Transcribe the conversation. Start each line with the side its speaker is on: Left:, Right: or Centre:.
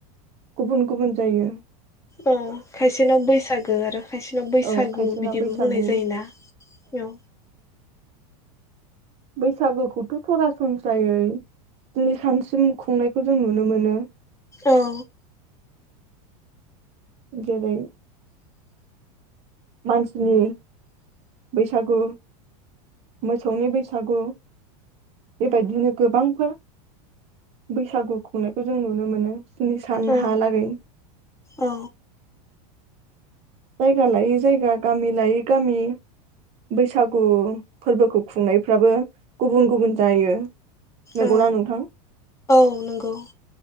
Right: गुबुन गुबुन जायो।
Left: औ खायसेनाव बैसागो आरो खायसेनाव बैसागु
Right: औ खायसेना
Left: बिदिबो
Right: बैसागु
Left: बुंनाय जायोना औ
Right: बैसागोखौथ' सरासनस्रायै जोंनि सानसिम खुंनायखौ जों नुनो मोनो।
Left: औ
Right: जेरै मानसिनि बैसागु मोसौनि बैसागु बेबायदिनो गोबांफोर बैसागु खुंनायखौ जों नुनो मोनो। स्निसान
Left: औ
Right: हालागै
Left: औ
Right: जायगा लायै जायगा गामि लायै गामि बैसागु फोरबोखौ खुंनायफ्राबो गुबुन गुबुन जायो नंगौना
Left: औ
Right: नोंथां।
Left: औ नंगौ।